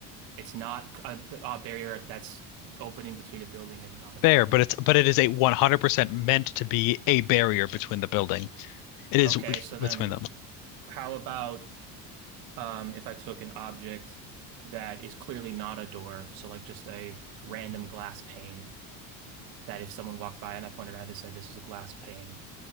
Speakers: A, on the right (about 70°); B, on the left (about 65°).
A: It's not a a barrier that's opening between a building and not a
B: Fair,
A: building.
B: but it's but it is a 100% meant to be a barrier between the building. It is
A: Okay, so then
B: between them.
A: how about um, if I took an object that is clearly not a door, so like just a random glass pane that if someone walked by and I pointed at it said, this is a glass pane,